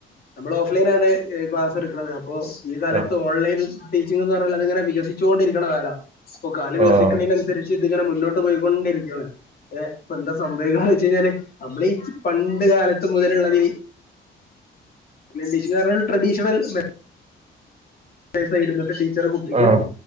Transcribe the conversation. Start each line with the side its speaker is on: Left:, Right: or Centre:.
Left: നമ്മൾ ഓഫ് ലൈനാണ് എ ക്ലാസ്സ് എടുക്ക്ണത്. ബോസ് ഈ കാലത്ത്
Right: ആഹ്
Left: ഓൺലൈൻ ടീച്ചിങ്ങ്ന്ന് പറഞ്ഞാല് അത് ഇങ്ങനെ വികസിച്ചോണ്ടിരിക്കണ കാലാ. ഇപ്പൊ കാലം വികസിക്കണേന്
Right: ആഹ്
Left: അനുസരിച്ച് ഇതിങ്ങനെ മുന്നോട്ട് പോയിക്കൊണ്ടിരിക്കാണ് ഏഹ് ഇപ്പൊന്താ സംഭവിക്കണേന്നു വെച്ചു കഴിഞ്ഞാല് നമ്മളീ പണ്ട് കാലത്ത് മുതലുള്ളവര് <unintelligible> ട്രഡീഷണൽ മെ പെയ്സായിരുന്നിട്ട് ടീച്ചറ് കുട്ടിക്ക്
Right: ആഹ്